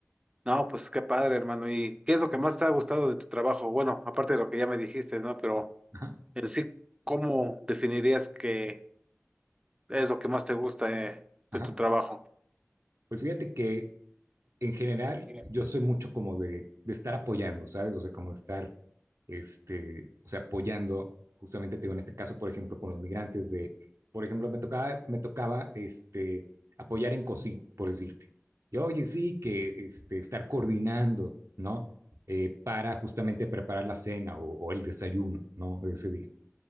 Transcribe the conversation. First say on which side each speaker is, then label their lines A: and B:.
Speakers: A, on the right; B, on the right.
A: No, pues qué padre, hermano. ¿Y qué es lo que más te ha gustado de tu trabajo? Bueno, aparte de lo que ya me dijiste, ¿no? Pero
B: ajá,
A: en sí, ¿cómo definirías que es lo que más te gusta eh,
B: ajá.
A: de tu trabajo?
B: Pues fíjate que en general
A: Bien.
B: yo soy mucho como de, de estar apoyando, ¿sabes? O sea, como estar este, o sea, apoyando justamente, te digo, en este caso, por ejemplo, con los migrantes de, por ejemplo, me tocaba, me tocaba, este, apoyar en cocina, por decirte. Y oye, sí, que este, estar coordinando, ¿no? Eh, para justamente preparar la cena o, o el desayuno, ¿no? De ese día.